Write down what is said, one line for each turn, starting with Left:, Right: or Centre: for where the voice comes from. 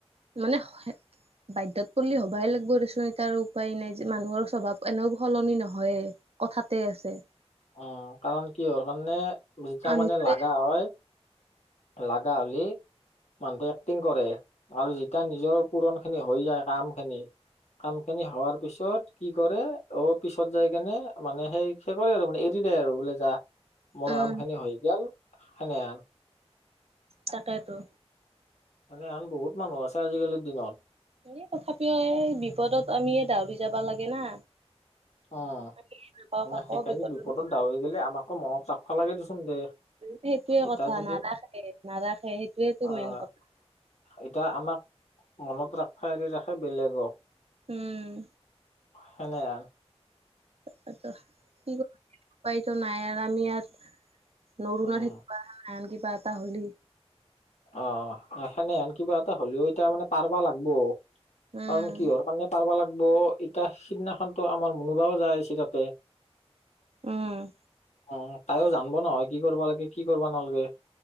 Right: মানে বাধ্যত পৰিল হবাই লাগিব দেচোন এ, তাৰ উপায় নাই যে মানুহৰ স্বভাৱ এনেও সলনি নহয়। কথাতে আছে।
Left: উম, কাৰণ কিহৰ কাৰণে জিতা মানে
Right: নিজৰে
Left: লাগা হয়। লাগা হলে মানুহটো এক্টিং কৰে আৰু যেতিয়া নিজৰ পুৰণ খিন হৈ যায় কাম খিনি ক সিনি হোৱাৰ পিছত কি কৰে ও পিছত যাই কেনে মানে সেই সে, কৰে আৰু। এৰি দে আৰু বোলে যা মোৰ
Right: উম
Left: কাম খিনি হৈ গ'ল সেনেহান।
Right: তাকেইতো।
Left: সেনেহান বহুত মানুহ আছে আজিকালিৰ দিনত।
Right: এ, তথাপিও এই বিপদত আমি দাউৰি যাবা লাগে না।
Left: উম,
Right: আমি নাপাওঁ কাকো
Left: সেইকাৰণে
Right: বিপদৰ
Left: বিপদত
Right: সময়ত
Left: দাউৰি গেলি আমাকো মনত ৰাখাবা, লাগে, দেচোন দে।
Right: সেইটোয়ে
Left: এতিয়া
Right: কথা
Left: যদি
Right: নাৰাখে, নাৰাখে, সেইটোয়েটো
Left: আহ
Right: মেইন কথা।
Left: এতিয়া আমাক মনত ৰক্ষা এৰি ৰাখে বেলেগক
Right: উম।
Left: সনেহান।
Right: ত, কি, কৰ, উপায়তো নাই আৰু আমি আৰু নৰু,
Left: উম
Right: নেবা, নন, কিবা এটা হ'লি
Left: অ', সেনেহান কিবা এটা হ'লেও এতিয়া মানে পাৰবা লাগব
Right: উম
Left: কাৰণ কিহৰ কাৰণে পাৰবা লাগব এতিয়া সিদিনাখনতো আমাৰ মোনোবাও যায় আছে তাতে।
Right: উম।
Left: অ', তাইও জানব নহয় কি কৰিব লাগে, কি কৰিব নালাগে।